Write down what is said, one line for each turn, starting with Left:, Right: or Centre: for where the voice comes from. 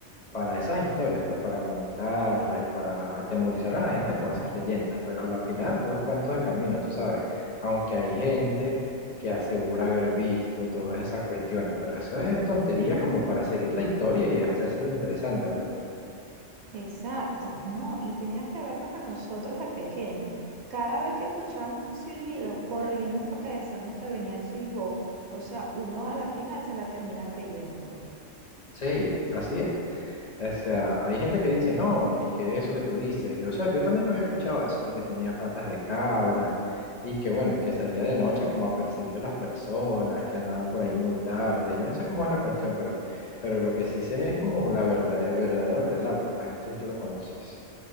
Left: para esas historias, pues para contarlas y para atemorizar a la gente con esas leyendas, pero a la final puros cuentos de camino, tú sabes, aunque hay gente que asegura haber visto todas esas cuestiones, pero eso es tonterías como para seguir la historia y hacérsela interesante, ¿verdad?
Right: Exacto, no, y tenías que vernos a nosotros de pequeños. Cada vez que escuchábamos un silbido, corríamos porque decíamos que venía el silbón. O sea, uno a la final se la termina creyendo.
Left: Sí, así es. O sea, hay gente que dice, no, que, que eso que tú dices, yo, o sea, yo también había escuchado eso, que, que tenía patas de cabra y que bueno, y que salía de noche como a perseguir a las personas que andaban por ahí muy tarde. Yo no sé cómo es la cuestión, pero, pero lo que sí sé es como la verdad, el verdadero relato, pues no sé si tú lo conoces.